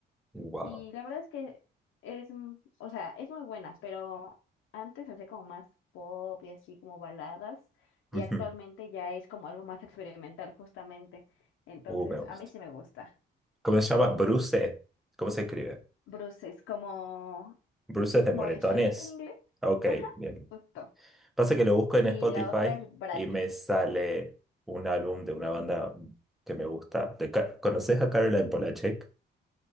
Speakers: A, in the centre; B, on the left (about 80°).
A: Wow.
B: Y la verdad es que es, mm, o sea, es muy buena, pero antes hacía como más pop y así como baladas,
A: ujú.
B: y actualmente ya es como algo más experimental justamente. Entonces,
A: Uh, me gusta.
B: a mí sí me gusta.
A: ¿Cómo se llama?
B: Ujú.
A: Bruce. ¿Cómo se escribe?
B: Bruces, como
A: Bruce de
B: moretones
A: moretones.
B: en inglés.
A: Ok,
B: Ajá,
A: bien.
B: justo.
A: Pasa que lo busco en
B: Y
A: Spotify
B: la otra es Bratty.
A: y me sale un álbum de una banda que me gusta. De Ca- ¿Conoces a Caroline Polachek?